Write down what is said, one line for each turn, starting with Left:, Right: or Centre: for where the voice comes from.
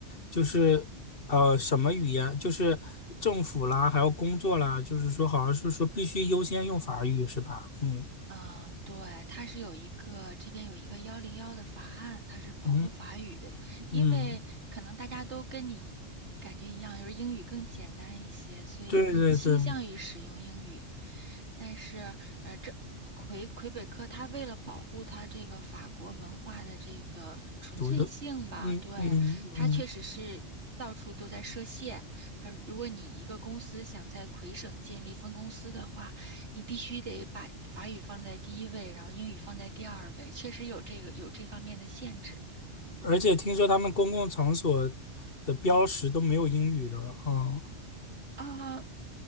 Left: 就是呃什么语言，就是政府啦，还有工作啦，就是说好像是说必须优先用法语是吧？嗯
Right: 嗯，对，它是有一个这边有一个幺零幺的法案，它是保护法语，
Left: 嗯
Right: 因为可能大家都跟你感觉一样，
Left: 嗯，
Right: 就是英语更简单一些，所以更倾向于使用英语。
Left: 对对对，
Right: 但是，呃，这魁魁北克它为了保护它这个法国文化的这个纯粹性吧，
Left: 独特，嗯嗯嗯，
Right: 对，它确实是到处都在设限。它如果你一个公司想在魁省建立分公司的话，你必须得把法语放在第一位，然后英语放在第二位，确实有这个有这方面的限制
Left: 而且听说他们公共场所的标识都没有英语的，哦，
Right: 啊。